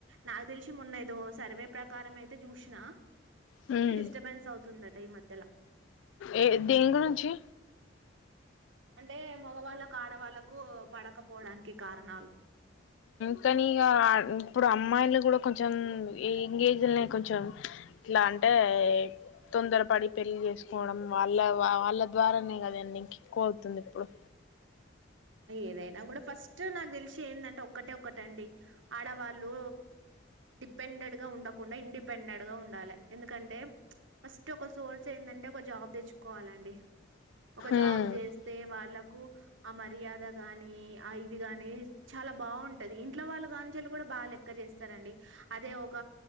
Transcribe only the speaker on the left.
హూ
ఏ దేని గురించి
కానీ ఇక ఇప్పుడు అమ్మాయిలు కూడా కొంచం యాంగ్ ఏజ్ లోనే కొంచెం ఇట్లా అంటే, తొందరపడి పెళ్లి చేసుకోవడం, వాళ్ళ వాళ్ళ ద్వారానే కదండి. ఇంక ఎక్కువ అవుతుంది ఇప్పుడు.
ఉమ్